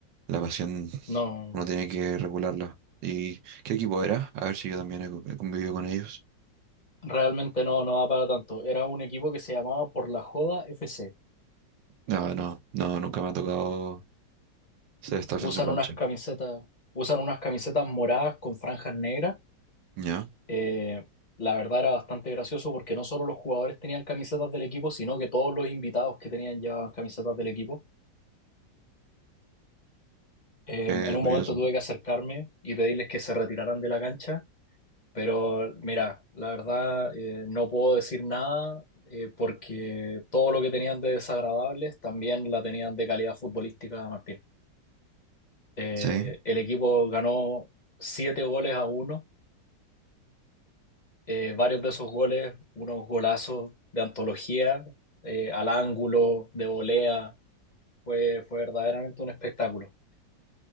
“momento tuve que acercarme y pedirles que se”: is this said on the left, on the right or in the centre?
Left